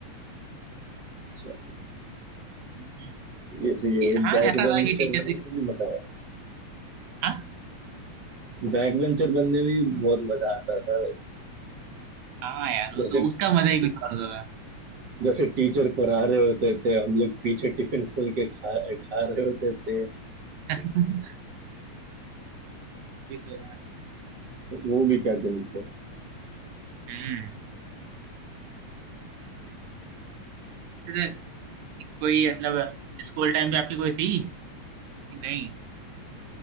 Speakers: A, on the right; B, on the right.
A: अच्छा,
B: हम्म,
A: ये तो ये
B: हाँ
A: बैक
B: ऐसा
A: बेंचर
B: था कि टीचर
A: बनने
B: से।
A: में भी मजा आया
B: हाँ
A: बैक बेंचर बनने में भी बहुत मजा आता था भाई
B: हाँ यार वो
A: जैसे
B: तो उसका मजा ही कुछ और होता था
A: जैसे टीचर पढ़ा रहे होते थे हम लोग पीछे टिफिन खोल के खा खा रहे होते थे
B: <laughs> ये तो है।
A: वो भी क्या दिन थे
B: हम्म फिर कोई मतलब स्कूल टाइम पे आपकी कोई थी कि नहीं